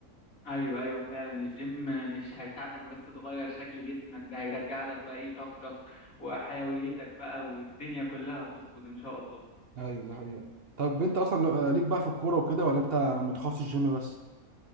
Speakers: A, on the left; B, on the right.
A: ايوه ايوه فعلا الجيم مش هيساعدك بس تغير شكل جسمك ده هيرجع لك بقى ايه طاقتك وحيويتك بقى والدنيا كلها هتظبط ان شاء الله
B: ايوه ده حقيقة طب انت اصلا آه، ليك بقى في الكوره وكده ولا انت متخصص جيم بس